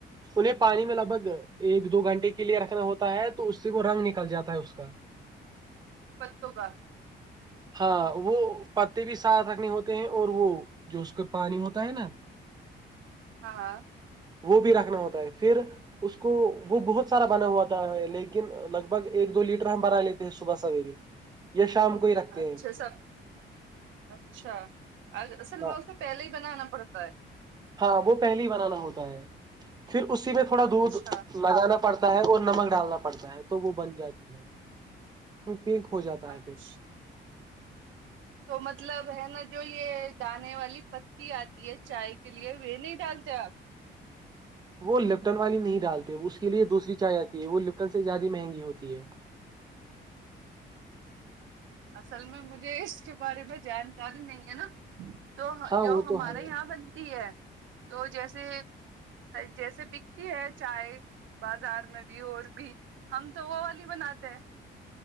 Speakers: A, on the right (about 20°); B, on the right (about 75°).
A: انہیں پانی میں ایک دو گھنٹے کے لیے رکھنا ہوتا ہے تو اس سے وہ رنگ نکل جاتا ہے اس کا <inaudible>
B: پتو کا
A: ہاں وہ پتے بھی ساتھ رکھنی ہوتی اور وہ جو اس کا پانی ہوتا ہے نا
B: ہاں ہاں
A: وہ بھی رکھنا ہوتا ہے پھر اس کو وہ بہت سارا بنا ہوا تھا لیکن لگ بھگ ایک دو لیٹر بنا لیتے ہیں صبح سویرے <inaudible> یہ شام کو ہی رکھتے
B: اچھا
A: ہیں
B: صاحب اچھا اصل
A: ہاں
B: میں اس نے پہلے ہی بنانا پڑتا ہے
A: ہاں وہ پہلے ہی بنانا ہوتا ہے پھر اسی میں تھوڑا
B: اچھا
A: دود لگانا پڑتا ہے اور نمک ڈالنا پڑتا ہے تو وہ بن جاتی ہے پنک ہوجاتا ہے
B: اچھا
A: پھر
B: تو مطلب ہے نا جو یہ دانے والی پتی آتی ہے چائے کے لیے نہیں ڈالتے آپ
A: وہ لپٹن والی نہیں ڈالتے اس کے لیے دوسری چایے آتی ہے وہ لپٹن سے زیادی مہنگی ہوتی ہے
B: اصل میں مجھے اس کے بارے میں جان کاری نہیں ہے نا تو
A: ہاں
B: جو
A: وہ
B: ہمارے
A: تو ہے
B: یہاں بنتی ہے تو جیسے جیسے بکتی ہے چائے بازار میں بھی اور بھی ہم تو وہ والی بناتے ہیں